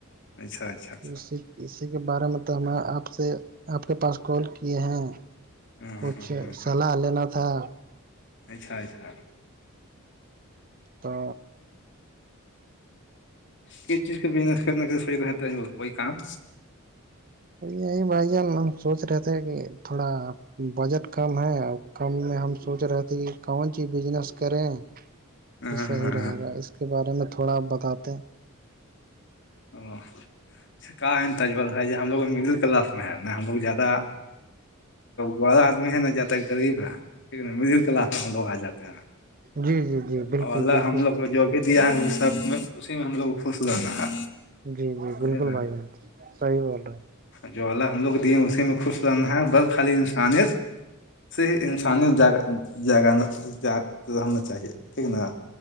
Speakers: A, on the left (about 55°); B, on the right (about 40°).
A: اچھا
B: <inaudible>
A: اچھا اچھا
B: اسی کے بارے میں تو ہمیں آپ سے آپ کے پاس کال کیے ہیں
A: ہ
B: کچھ
A: ہ
B: صلاح
A: ہ
B: لینا تھا
A: اچھا اچھا
B: تو
A: کس چیز کا بزنس کرنے کا سوچا ہے تجمل کوئی کام
B: یہی بھائی جان ہم سوچ رہے تھے کہ تھوڑا بجٹ کم ہے اور کم میں ہم سوچ رہے تھے کہ کون سی بزنس کریں
A: او
B: کہ صحیح رہے گا اس کا کے بارے میں تھوڑا آپ بتاتے
A: اچھا کیا ہے تجامل بھائی جان ہم لوگ مڈل کلاس میں ہے نہیں ہم لوگ زیادہ بڑا آدمی ہے نا جاتا ہے غریب ہے مڈل کلاس میں ہم لوگ آ جاتے ہیں
B: جی جی جی بالکل
A: اللہ
B: بالکل
A: ہم لوگ کا جو بھی دیا ہے وہ سب میں اسی میں ہم لوگ کو خوش رہنا ہے
B: جی جی
A: سمجھے
B: بالکل بھائی جان صحیح بول رہے ہیں
A: جولہ ہم لوگ دیے اسی میں خوش رہنا ہے بس خالی انسانیت شیہ انسانیت جگانا چاہیے ٹھیک ہے نا